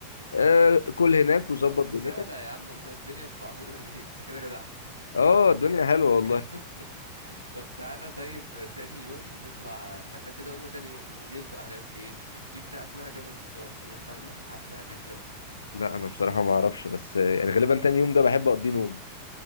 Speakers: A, on the left; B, on the right.
A: أه كل هناك وظبط
B: طب ما
A: دنيتك
B: سهله يا عم امال الدنيا مصعبينها ليه انت كده جدع
A: اه الدنيا حلوة
B: <laughs>
A: والله
B: طب تعالى طيب تاني يوم نطلع احنا كده قلنا تاني يوم بالليل بقى هنعمل فيه ايه في بتاع اسمها جبل ستار سمعت عنه الحفله هناك جامده
A: لا انا بصراحة ما اعرفش بس آه، يعني غالبا تاني يوم ده بحب اقضيه نوم